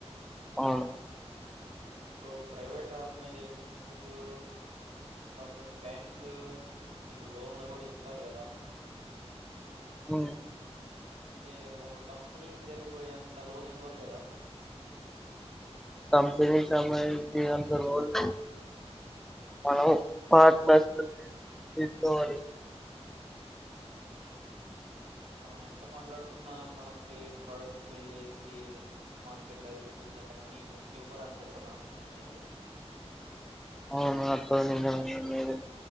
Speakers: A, in the centre; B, on the right.
A: అవును
B: ఇప్పుడు ప్రైవేట్ ఆర్గనైజేషన్స్ కు కొన్ని బ్యాంక్స్ నీకు లోన్లు కూడా ఇస్తారు కదా
A: అ
B: అంటే ఒక కంపెనీకి జరిపోయే అంత లోన్ ఇవ్వరు కదా
A: కంపిెనీ సంబంధించి అంత లోన్ మనం పార్టనర్స్ గా తీసుకోవాలి
B: మనం ఎంత మాట్లాడుకున్నా మనకి ప్రోడక్ట్ బల్ చేసి మార్కెట్ లో తీసుకొచ్చి ఎంత మనీ ఇవ్వరు అనుకుంటున్నా నేనైతే
A: అవును అ <unintelligible>